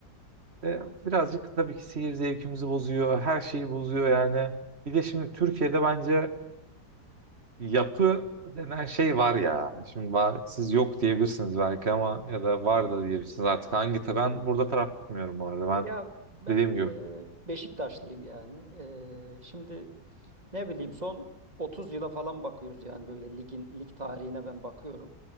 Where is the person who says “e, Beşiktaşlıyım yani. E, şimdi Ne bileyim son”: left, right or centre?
Right